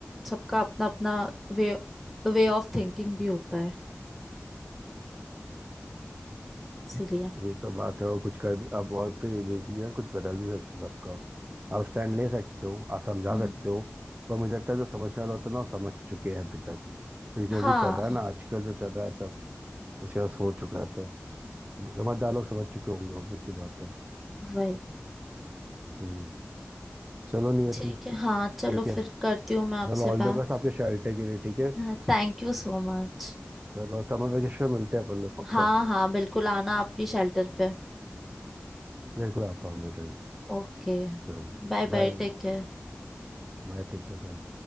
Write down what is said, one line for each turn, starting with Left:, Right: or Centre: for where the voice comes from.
Centre: सबका अपना अपना वे वे ऑफ थिंकिंग भी होता है इसीलिए
Right: ये तो बात है और कुछ कर भी अब और फिर ये भी चीज़ है ना कुछ बदल भी सकते हो सबका आप स्टैंड ले सकते हो आप समझा
Centre: हम्म
Right: सकते हो पर मुझे लगता है जो समझने वाला होता है ना वो समझ चुके हैं अभी तक क्योंकि जो
Centre: हाँ
Right: भी चल रहा है ना आजकल जो चल रहा है सब उसके बाद हो चुका है सब समझदार लोग समझ चुके होंगे ऑब्वियस सी बात है
Centre: वही
Right: हम्म चलो नियति
Centre: ठीक है हाँ चलो
Right: ठीक है
Centre: फिर करती हूँ मैं आपसे
Right: चलो ऑल
Centre: बात
Right: द बेस्ट आपके शेल्टर के लिए ठीक है
Centre: हाँ थैंक यू सो मच
Right: चलो समर वेकेशन मिलते हैं अपन लोग पक्का
Centre: हाँ हाँ बिल्कुल आना आपकी शेल्टर पे
Right: बिल्कुल आता हूँ मैं जल्द
Centre: Okay
Right: चलो
Centre: Bye
Right: बाय
Centre: bye take care
Right: बाय ठीक है बाय